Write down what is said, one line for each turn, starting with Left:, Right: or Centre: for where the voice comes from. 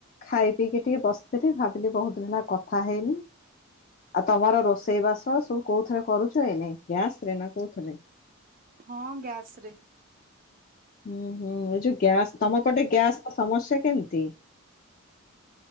Left: ଖାଇ ପିଇକି ଟିକେ ବସିଥିଲି ଭାବିଲି ବହୁତ ଦିନ କଥା ହେଇନି। ଆଉ ତମର ରୋଷେଇବା ତ ସବୁ କୋଉ ଥିରେ କରୁଛ ଏଇନେ ଗ୍ୟାସ ରେ ନା କୋଉଥିରେ?
Right: ହଁ ଗ୍ୟାସ ରେ।
Left: ହୁଁ ହୁଁ ଏ ଯୋଉ ଗ୍ୟାସ ତମ ପଟେ ଗ୍ୟାସ ର ସମସ୍ୟା କେମିତି?